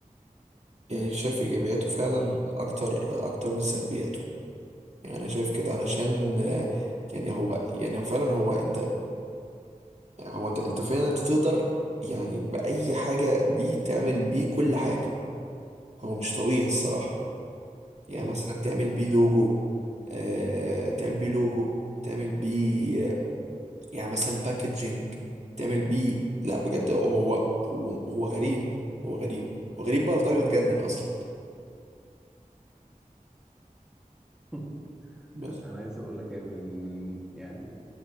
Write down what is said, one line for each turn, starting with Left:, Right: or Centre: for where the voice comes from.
Right: يعني شايف ايجابياته فعلا
Centre: مم.
Right: اكتر اكتر من سلبياته يعني انا شايف كده علشان آه، يعني هو يعني هو فعلا هو انت هو انت انت فعلا انت تقدر يعني باي حاجه بيه تعمل بيه كل حاجه هو مش طبيعي الصراحه يعني
Centre: مم.
Right: مثلا تعمل بيه لوجو آه، تعمل بيه لوجو تعمل بيه آه، يعني مثلا باكجينج تعمل بيه لا بجد هو هو هو غريب هو غريب هو غريب بقى لدرجة جنن أصلا
Centre: <laughs>
Right: بس
Centre: انا عايز اقول لك يعني من من يعني